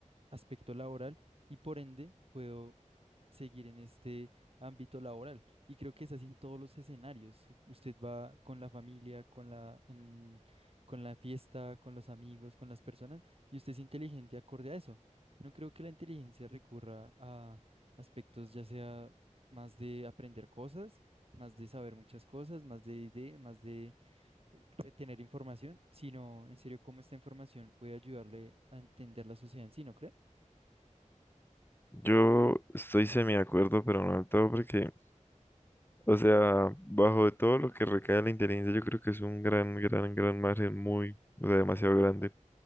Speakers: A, on the right; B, on the left.
A: aspecto laboral y por ende puedo seguir en este ámbito laboral. Y creo que es así en todos los escenarios. Usted va con la familia, con la, en- con la fiesta, con los amigos, con las personas, y usted es inteligente acorde a eso. No creo que la inteligencia recurra a aspectos ya sea más de aprender cosas, más de saber muchas cosas, más de ideas, más de eh, retener información, sino en serio cómo esta información puede ayudarle a entender la sociedad en sí, ¿no cree?
B: Yo estoy semi de acuerdo, pero no del todo, porque, o sea, bajo de todo lo que recae la inteligencia, yo creo que es un gran, gran, gran margen muy, o sea, demasiado grande.